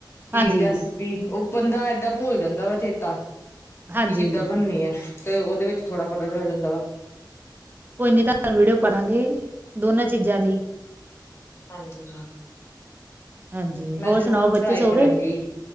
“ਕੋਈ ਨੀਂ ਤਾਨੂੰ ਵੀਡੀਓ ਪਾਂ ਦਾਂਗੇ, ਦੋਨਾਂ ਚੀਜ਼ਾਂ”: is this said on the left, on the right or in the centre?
Right